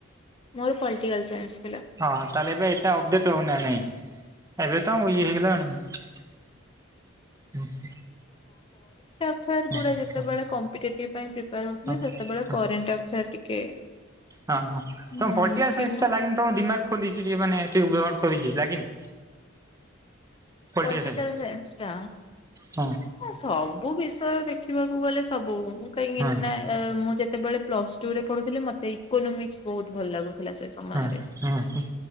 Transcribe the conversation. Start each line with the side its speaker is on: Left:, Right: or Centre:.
Left: ମୋର ପଲିଟିକାଲ ସାଇନ୍ସ ।
Right: ହଁ ତାହେଲେ ଏବେ ଏତେ ଅପଡେଟ ହଉନି ନାଇଁ? ଏବେ ତ ଇଏ ହେଇଗଲାଣି ।
Left: ଫେରଗୁଡା
Right: ହଁ
Left: ଯେତେବେଳେ କମ୍ପିଟେଟିଭ ପାଇ ପ୍ରିପାର ହଉଥିଲେ
Right: ହଁ ହଁ।
Left: ସେତେବେଳେ
Right: ହଁ
Left: କରେଣ୍ଟଏଫେୟାର ଟିକେ
Right: ହଁ ହଁ
Left: ହୁଁ
Right: ତମ ପଲିଟିକାଲ
Left: ଥିଲା।
Right: ସାଇନ୍ସ ଟା ଲାଗିନି ତମ ଦିମାାଗ ଖୋଲିଛି ଟିକେ ମାନେ ଟିକେ ବ୍ରଡ କରିଛି ଲାଗିନି। ପଲିଟିକାଲ
Left: ପଲଟିକାଲ
Right: ସାଇନ୍ସ
Left: ସାଇନସଟା
Right: ହଁ
Left: ସବୁ ବିଷୟ ଦେଖ ଦେଖିବାକୁ ଗଲେ ସବୁ ମୁଁ କାହିଁକି
Right: ହଁ
Left: ନା ମୁଁ ଯେ ଯେତେବେଳେ ପ୍ଲସ ଟୁ ରେ ପଢୁଥିଲେ ମତେ ଇକୋନୋମିକସ୍ ବହୁତ ଭଲ ଲାଗୁ ଥିଲା ସେ ସମୟରେ
Right: ହଁ ହଁ ହୁଁ